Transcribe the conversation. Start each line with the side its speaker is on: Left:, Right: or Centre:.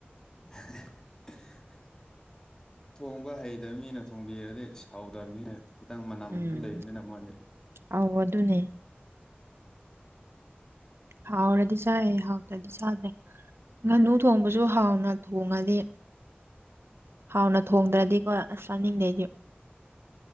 Left: <unintelligible> ꯊꯣꯡꯕ ꯍꯩꯇꯕ ꯃꯤꯅ ꯊꯣꯡꯕꯤꯔꯗꯤ ꯏꯁ ꯍꯥꯎꯇꯝꯅꯤꯍꯦ ꯈꯤꯇꯪ ꯃꯅꯝꯖꯄ
Right: ꯎꯝ
Left: ꯂꯩꯕꯅꯤꯅ ꯃꯣꯏꯗꯤ
Right: ꯑꯧ ꯑꯗꯨꯅꯦ ꯍꯥꯎꯔꯗꯤ ꯆꯥꯏ ꯍꯥꯎꯇ꯭ꯔꯗꯤ ꯆꯥꯗꯦ
Left: ꯎꯝ
Right: ꯉꯥꯅꯨ ꯊꯣꯡꯕꯁꯨ ꯍꯥꯎꯅ ꯊꯣꯡꯉꯗꯤ ꯍꯥꯎꯅ ꯊꯣꯡꯗ꯭ꯔꯗꯤꯀꯣ ꯑꯁ ꯆꯥꯅꯤꯡꯗꯦ ꯑꯩꯗꯤ